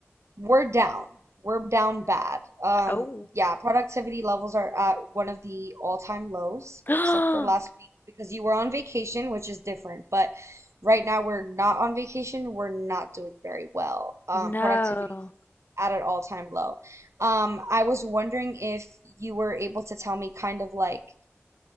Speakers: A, on the right; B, on the left.
A: we're down. We're down bad. Um,
B: Oh.
A: yeah, productivity levels are at one of the all-time lows,
B: <gasps>
A: except for last week because you were on vacation, which is different. But right now we're not on vacation. We're not doing very well. Um,
B: No.
A: productivity is at an all-time low. Um, I was wondering if you were able to tell me kind of like